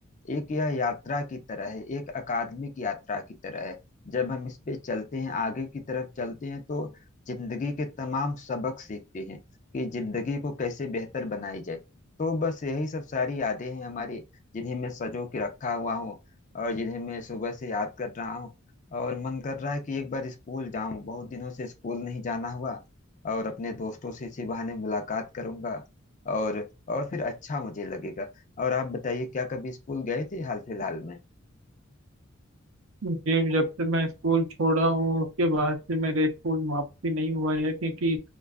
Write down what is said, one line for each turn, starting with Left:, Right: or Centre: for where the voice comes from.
Left: एक यह यात्रा की तरह है एक अकादमिक यात्रा की तरह है जब हम इस पे चलते हैं आगे की तरफ चलते हैं तो जिंदगी के तमाम सबक सीखते हैं कि जिंदगी को कैसे बेहतर बनाई जाए तो बस यही सब सारी यादें हैं हमारी जिन्हें मैं सजो के रखा हुआ हूँ और जिन्हें मैं सुबह से याद कर रहा हूँ और मन कर रहा है कि एक बार स्कूल जाऊं बहुत दिनों से स्कूल नहीं जाना हुआ और अपने दोस्तों से इसी बहाने मुलाकात करूंगा और और फिर अच्छा मुझे लगेगा और आप बताइए क्या कभी स्कूल गए थे हाल फिलहाल में
Right: जी जब से मैं स्कूल छोड़ा हूँ उसके बाद से मेरे स्कूल में वापसी नहीं हुआ है क्योंकि